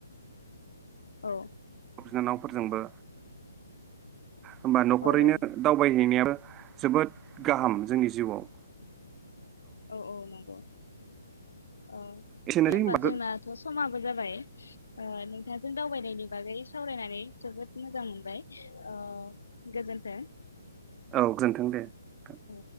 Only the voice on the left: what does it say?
औ
औ औ
औ औ नंगौ औ
दे होमबा
जोंनाथ' समाबो जाबाय अ नोंथांजों दावबायनायनि बागै सावरायनानै जोबोद मोजां मोनबाय अ गोजोन्थों।
औ।